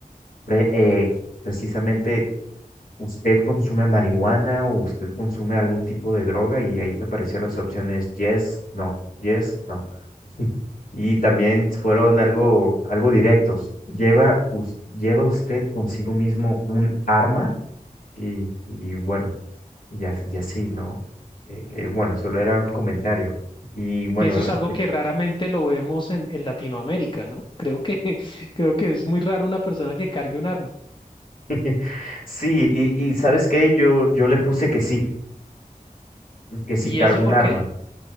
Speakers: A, on the left; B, on the left.
A: pre- eh, precisamente, ¿usted consume marihuana o usted consume algún tipo de droga? Y ahí te aparecían las opciones yes, no, yes, no. Y también fueron algo, algo directos. Lleva, us- lleva usted consigo mismo un arma y, y bueno, y, as- y así, ¿no? Eh, eh, bueno, solo era un comentario. Y bueno,
B: que eso
A: respecto.
B: es algo que raramente lo vemos en, en Latinoamérica, ¿no? Creo que, <laughs> creo que es muy raro una persona que cargue un arma.
A: <laughs> Sí, y, y ¿sabes qué? Yo, yo le puse que sí, que sí
B: ¿Y
A: cargo
B: eso
A: un
B: por
A: arma.
B: qué?